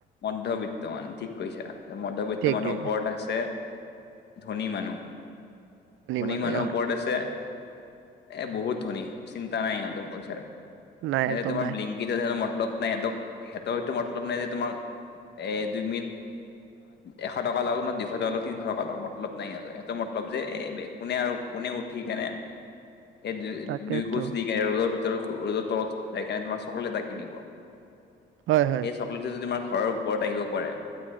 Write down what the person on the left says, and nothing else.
মধ্যবিত্ত মানুহ ঠিক কৈছা। মধ্যবিত্ত
মানুহৰ ওপৰত আছে ধনী মানুহ। ধনী
মানুহৰ
ওপৰত আছে, এ বহুত ধনী, চিন্তা নাই সিহঁতৰ পইচাৰ।
সিহঁতে
তোমাৰ
ব্লিংকিটৰ মতলব নাই। সিহঁতক সিহঁতৰটো মতলব নাই যে, তোমাৰ এ দুই মিনিট এশ টকা লওক, মই দুশ টকা লওক, তিনিশ টকা লওক মতলব নাই সিহঁতৰ। মতলব যে এই কোনে আৰু কোনে উঠি কেনে এই দু
দুই খোজ দি কেনে ৰ ৰ'দৰ তলত যাই কিনে তোমাৰ চকলেট এটা কিনিব।
এই চকলেটটো যদি তোমাৰ ঘৰৰ ওপৰত আহিব পাৰে